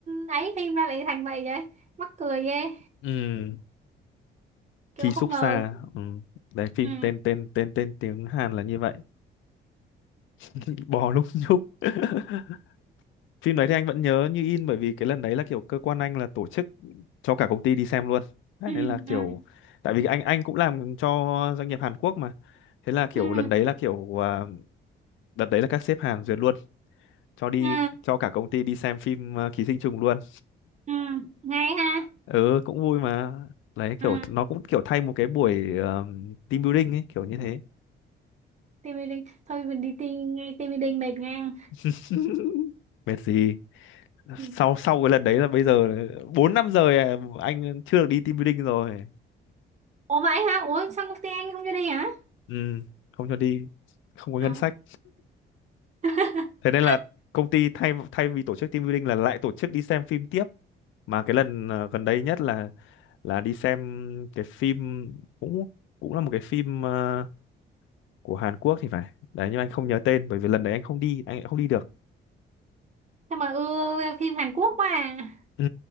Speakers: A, on the right; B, on the left.
A: ấy phim ra lại thành vậy vậy mắc cười ghê
B: Ừ,
A: kiểu
B: Ký
A: không
B: xúc
A: ngờ
B: xa.
A: luôn
B: Ừ. Đấy phim
A: ừ
B: tên tên tên tên tiếng Hàn là như vậy. <laughs> Bò lúc nhúc. <laughs> phim đấy thì anh vẫn nhớ như in bởi vì cái lần đấy là kiểu cơ quan anh là tổ chức cho cả công ty đi xem luôn đấy,
A: ừ
B: nên là kiểu
A: ừ
B: tại vì anh anh cũng làm cho doanh nghiệp Hàn Quốc mà thế là kiểu
A: ừ
B: lần đấy là kiểu à, đợt đấy là các sếp Hàn duyệt luôn cho đi
A: ừ
B: cho cả công ty đi xem phim à, Ký sinh trùng luôn
A: ừ ngay ha
B: ừ cũng vui mà đấy kiểu
A: ừ
B: nó cũng kiểu thay một cái buổi ờ, team building ấy kiểu như thế
A: tim Mỹ thôi mình đi tìm nghe tim Mỹ Linh mệt ngang
B: <laughs> mệt gì
A: Ừ.
B: sau sau cái lần đấy là bây giờ 4 năm rồi à, anh chưa được đi team building rồi
A: ủa vậy hả ủa sao công ty anh không cho đi hả
B: ừ, không cho đi không có ngân
A: à.
B: sách
A: <laughs>
B: thế nên là công ty thay thay vì tổ chức team building là lại tổ chức đi xem phim tiếp mà cái lần ờ, gần đây nhất là là đi xem cái phim cũng cũng là một cái phim ờ, của Hàn Quốc thì phải đấy nhưng anh không nhớ tên bởi vì lần đấy anh không đi anh lại không đi được
A: sao mà ưa phim Hàn Quốc quá à
B: ừ,